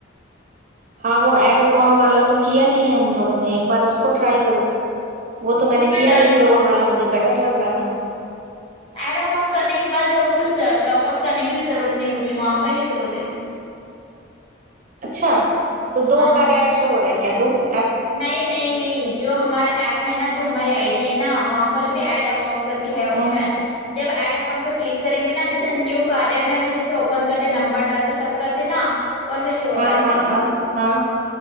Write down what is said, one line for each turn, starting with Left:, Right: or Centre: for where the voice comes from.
Right: ہاں وہ ایڈ اکن والا تو کیا نہیں ہے ہم لوگوں نے ایک بار اس کو ٹرائی کروں وہ تو میں
Left: اس
Right: نے کیا
Left: ٹرائی
Right: نہیں کلون والا مجھے بیٹر لگ رہا تھا
Left: ایڈ اکاؤنٹ کرنے کے بعد تو لوگ آؤٹ کرنے کی بھی ضرورت نہیں ہوتی وہاں پرہ ہی شو رہے
Right: اچھا تو دو
Left: ہاں
Right: کاش ہو رہا ہے کیا دو ایپ
Left: نہیں نہیں نہیں جو ہمارا ایپ ہے نا جو ہماری آئی ڈی ہے نا وہاں پر بھی ایڈ اکاؤنٹ کر کیا ہے آپشن
Right: ہاں
Left: جب ایڈ اکاؤنٹ پہ کلک کریں گے نا جیسے نیو کاریہ میں ہمیں جیسے اوپن کرتے نمبر ڈالتے سب کرتے نا و ایسا شور
Right: ہاں
Left: رہا ہے سبھی
Right: ہاں ہاں ہاں